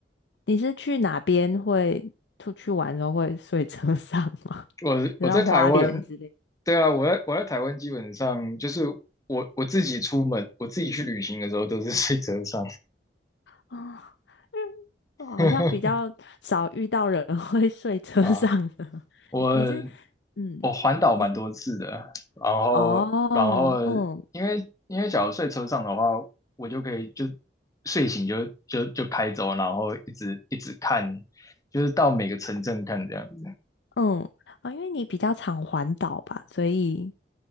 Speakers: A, on the left; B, on the left.
A: 你是去哪边会出去玩的时候会睡车上吗？
B: 我我在台湾，
A: <laughs> 你像花莲之类
B: 对啊，我在我在台湾基本上就是我我自己出门，我自己去旅行的时候都是睡车上
A: 啊，嗯，我好像比较少遇到人
B: <laughs>
A: <laughs> 会睡车上的。
B: 啊。
A: <laughs>
B: 我
A: 你你是，嗯，
B: 我环岛蛮多次的，
A: 你是
B: 然后然后
A: 哦，嗯
B: 因为因为假如睡车上的话，我就可以就睡醒就就就开走，然后一直一直看，就是到每个城镇看这样子。
A: 嗯，啊，因为你比较常环岛吧，所以